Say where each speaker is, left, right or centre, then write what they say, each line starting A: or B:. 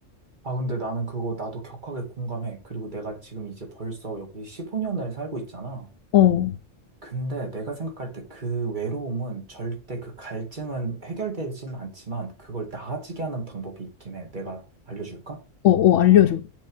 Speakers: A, on the right; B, on the left.
A: 아, 근데 나는 그거 나도 격하게 공감해. 그리고 내가 지금 이제 벌써 여기 15년을 살고 있잖아.
B: 어,
A: 근데 내가 생각할 때 그 외로움은 절대 그 갈증은 해결되지는 않지만 그걸 나아지게 하는 방법이 있긴 해. 내가 알려줄까?
B: 어, 어, 알려줘.